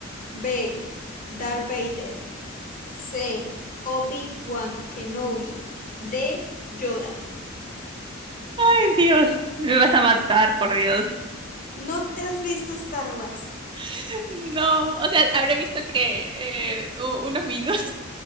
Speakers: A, on the left (about 40°); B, on the right (about 25°).
A: B. Darth Vader. C. Obi-Wan Kenobi. D. Yoda.
B: Ay, Dios. Me vas a matar, por Dios.
A: ¿No te has visto Star Wars?
B: <laughs> No, o sea, habré visto que eh, u- unos minutos.